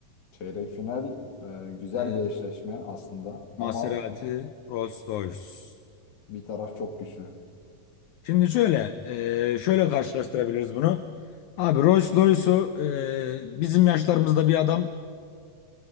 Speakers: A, on the left (about 40°); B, on the left (about 75°).
A: Çeyrek final e, güzel
B: E,
A: bir eşleşme aslında ama
B: Maserati, Rolls-Royce.
A: Bir taraf çok güçlü.
B: Şimdi şöyle. e, şöyle karşılaştırabiliriz bunu. Abi Rolls-Royce'u e, bizim yaşlarımızda bir adam